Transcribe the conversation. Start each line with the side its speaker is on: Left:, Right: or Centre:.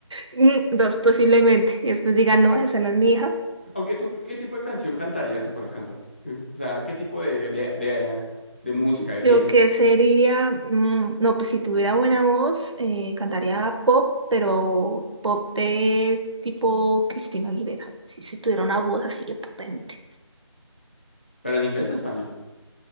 Right: Mm, Dos posiblemente. Y después digan, no, esa no es mi hija.
Left: Aunque tú, ¿qué tipo de canción cantarías si fueras cantante? O sea, ¿qué tipo de, de, de, de música, de
Right: Yo
Left: género?
Right: qué sería, Mm, no, pues si tuviera buena voz, eh, cantaría pop, pero pop de tipo Cristina Aguilera. Si, si tuviera una voz así de potente.
Left: Pero en inglés o en español.